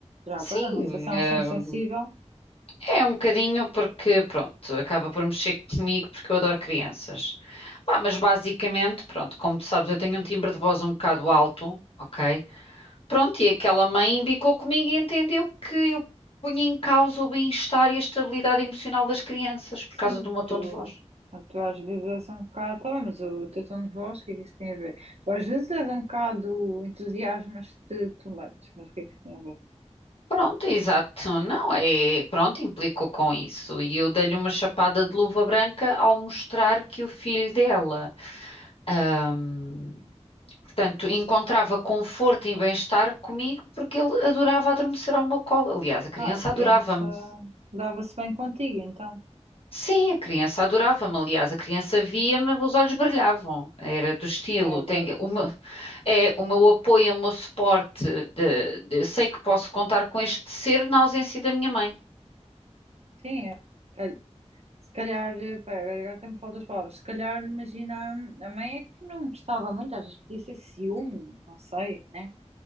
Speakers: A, on the right; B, on the left.
A: Já
B: Sim,
A: agora, não sei se é um
B: ah,
A: assunto sensível.
B: é um bocadinho porque, pronto, acaba por mexer comigo porque eu adoro crianças. Pá, mas basicamente, pronto, como tu sabes, eu tenho um timbre de voz um bocado alto, ok? Pronto, e aquela mãe embicou comigo e entendeu que eu punha em causa o bem-estar e a estabilidade emocional das crianças por
A: Sim,
B: causa do meu tom
A: tu,
B: de voz.
A: tu às vezes és um bocado. Tá bem, mas o teu tom de voz, o que é que isso tem a ver? Tu às vezes és um bocado entusiasmas-te too much, mas o que é que isso tem a ver?
B: Pronto, exato, não é? Pronto, implicou com isso. E eu dei-lhe uma chapada de luva branca ao mostrar que o filho dela, hum, portanto, encontrava conforto e bem-estar comigo porque ele adorava adormecer ao meu colo. Aliás, a criança
A: Ah, a criança
B: adorava-me.
A: dava-se bem contigo, então.
B: Sim, a criança adorava-me, aliás, a criança via-me, os olhos brilhavam, era do estilo,
A: Ai, eu adoro.
B: tem uma, é o meu apoio, o meu suporte, de- de- sei que posso contar com este ser na ausência da minha mãe.
A: Sim, cal- se calhar, eh, pera, agora até me faltam as palavras. Se calhar, imagina, a mãe é que não gostava muito, às vezes podia ser ciúme, não sei, né?